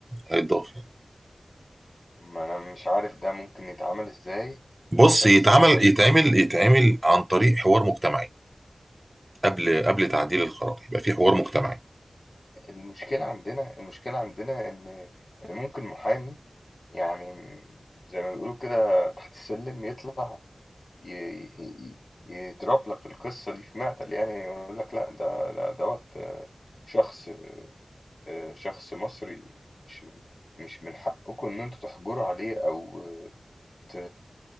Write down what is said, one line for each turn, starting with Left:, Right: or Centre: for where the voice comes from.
Right: هيتضاف يعني.
Left: فما انا مش عارف ده ممكن يتعمل ازاي
Right: بص
Left: بس
Right: يتعمل
Left: آه،
Right: يتعمل يتعمل عن طريق حوار مجتمعي قبل قبل تعديل القرار يبقى في حوار مجتمعي
Left: المشكلة عندنا المشكلة عندنا إن إن ممكن محامي يعني م- زي ما بيقولوا كده تحت السلم يطلع ي- ي- ي- يضرب لك القصة دي في معتل يعني يقول لك لا ده ده دوت آه، شخص آه، شخص مصري مش مش من حقكم إن أنتوا تحجروا عليه أو ت